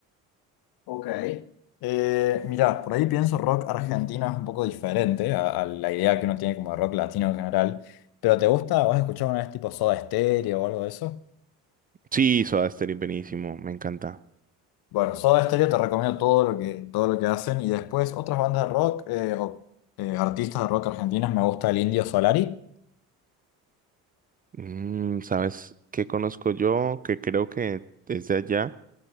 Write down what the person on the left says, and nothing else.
Ok, Eh, mirá, por ahí pienso rock argentino es un poco diferente a, a la idea que uno tiene como de rock latino en general. Pero ¿te gusta? ¿Vas a escuchar una vez tipo Soda Stereo o algo de eso?
Bueno, Soda Stereo te recomiendo todo lo que, todo lo que hacen. Y después otras bandas de rock eh, o eh, artistas de rock argentinos. Me gusta el Indio Solari.